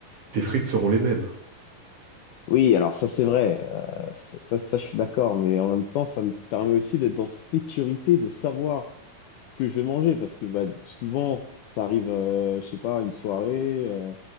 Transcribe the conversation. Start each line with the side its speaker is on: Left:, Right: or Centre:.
Right: tes frites seront les mêmes.
Left: Oui, alors ça c'est vrai, euh, ça, ça, ça, je suis d'accord, mais en même temps ça me permet aussi d'être en sécurité, de savoir ce que je vais manger, parce que bah, souvent ça arrive, euh, je sais pas, une soirée, euh,